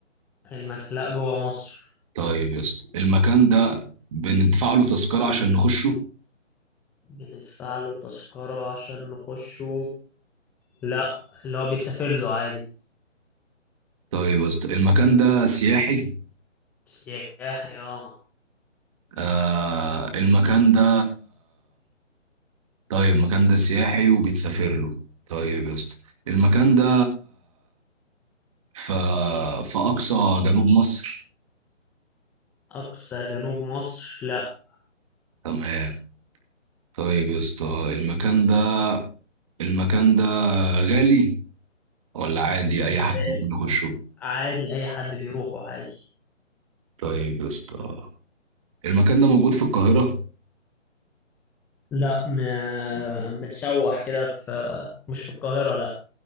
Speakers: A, in the centre; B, on the right.
A: المكلاء جوه مصر
B: طيب يا اسطى المكان ده بندفع له تذكرة عشان نخشه
A: بندفع له تذكرة عشان نخشه لا اللي هو بيتسافر له عادي
B: طيب يا اسطى المكان ده سياحي
A: سياحي اه
B: آه المكان ده طيب المكان ده سياحي وبيتسافر له طيب يا اسطى المكان ده في في أقصى جنوب مصر
A: أقصى جنوب مصر لا
B: تمام طيب يا اسطى المكان ده المكان ده غالي ولا عادي اي
A: غالي
B: حد ممكن يخشه
A: عادي أي حد بيروحه عادي
B: طيب يا اسطى المكان ده موجود في القاهرة
A: لا م... متسوح كده في مش في القاهرة لا